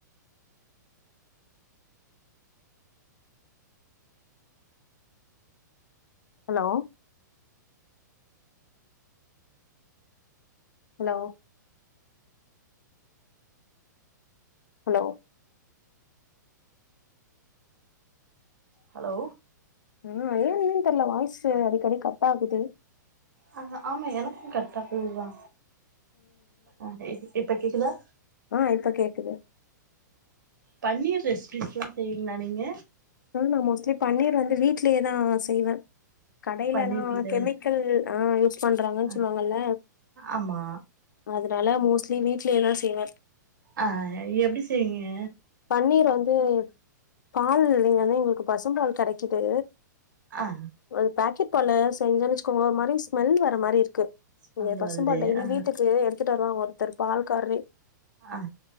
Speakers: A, on the left; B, on the right.
A: ஹலோ ஹலோ ஹலோ
B: ஹலோ
A: ஆஹ் ஏன் ஏன் தெர்ல வாய்ஸு அடிக்கடி கட் ஆகுது
B: ஆ ஆமா எனக்கும் கட்டாகுதுதா ஆஹ இப்ப கேக் கேக்குதா
A: ஆஹ் இப்ப கேக்குது
B: பன்னீர் ரெசிபிஸ்ல்லா செய்வீங்களா நீங்க
A: ஆஹ் நான் மோஸ்ட்லி பன்னீர் வந்து வீட்லயேதான் செய்வேன் கடையிலல்லாம்
B: பன்னீர் வீட்ல
A: கெமிக்கல் ஆஹ் யூஸ் பண்றாங்கன்னு
B: ஆ
A: சொல்லுவாங்கல்ல
B: ஆமா
A: அதுனால மோஸ் லீ வீட்லயேதா செய்வேன்
B: அஹ் எப்டி செய்வீங்க
A: பன்னீர் வந்து பால் இல்லைங்கனா எங்களுக்கு பசும் பால் கிடைக்குது
B: ஆ
A: ஒரு பாக்கெட் பால செஞ்சுனுச்சுோங்களோ ஒரு மாரி ஸ்மெல் வர மாரி இருக்கு
B: ஸ்மெல்
A: நீங்க பசும்பால்
B: வருது
A: டெய்லி
B: ஆ
A: வீட்டுக்கு எடுத்துட்டு வருவாங்க ஒருத்தர் பால் காரே
B: ஆ